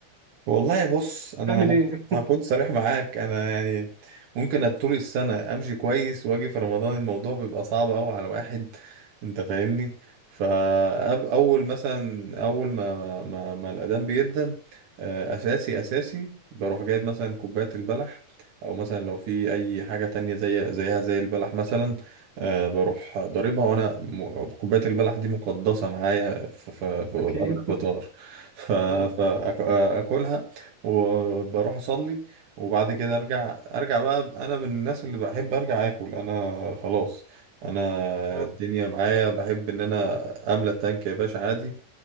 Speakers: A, on the right; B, on the right.
A: والله بص انا
B: بتعمل ايه
A: هكون صريح معاك انا يعني ممكن طول السنه امشي كويس واجي في رمضان الموضوع بيبقى صعب قوي على واحد انت فاهمني فاول مثلا اول ما ما ما, ما الاذان بيدن آه، اساسي اساسي بروح جايب مثلا كوبايه البلح او مثلا لو في اي حاجه تانية زي زيها زي البلح مثلا آه، بروح ضاربها وانا م- كوبايه البلح دي مقدسه معايا في في- في-
B: <laughs> اكيد
A: قبل الفطار ف-
B: مم.
A: فأك- اكلها وبروح اصلي وبعد كده ارجع ارجع بقى انا من الناس اللي بحب ارجع اكل انا خلاص انا
B: اه
A: الدنيا معايا بحب ان انا املى التانك يا باشا عادي